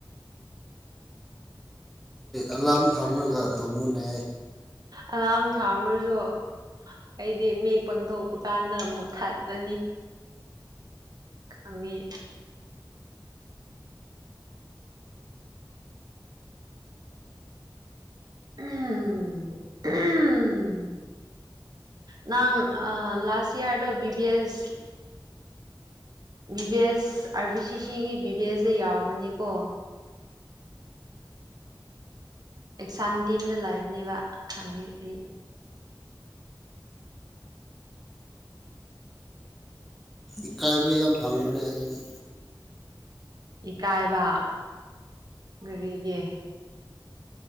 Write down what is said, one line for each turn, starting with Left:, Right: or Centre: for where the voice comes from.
Centre: ꯑꯦꯂꯥꯝ ꯊꯝꯃꯒ ꯇꯨꯃꯨꯅꯦ
Right: ꯑꯂꯥꯝ ꯊꯥꯕ꯭ꯔꯁꯨ ꯑꯩꯗꯤ ꯃꯝꯠ ꯄꯥꯡꯊꯣꯛꯄ ꯀꯥꯟꯗ ꯃꯨꯛꯠ ꯊꯥꯠꯂ ꯈꯪꯉꯤ ꯎꯝꯝ ꯅꯪ ꯂꯥꯁ ꯏꯌꯥꯔꯗ B B S B B S R B C ꯁꯤꯒꯤ ꯕꯤ ꯕꯤ ꯑꯦꯁꯁꯦ ꯌꯥꯎꯕꯅꯤꯀꯣ ꯑꯦꯛꯁꯥꯟ ꯇꯤꯝ ꯂꯩꯕꯅꯦꯕ ꯈꯪꯉꯦ ꯑꯩ
Centre: ꯏꯀꯥꯏꯕ ꯌꯥꯝ ꯐꯪꯕꯅꯦ ꯑꯩꯗꯤ
Right: ꯏꯀꯥꯏꯕ ꯒꯥꯔꯤꯒꯤ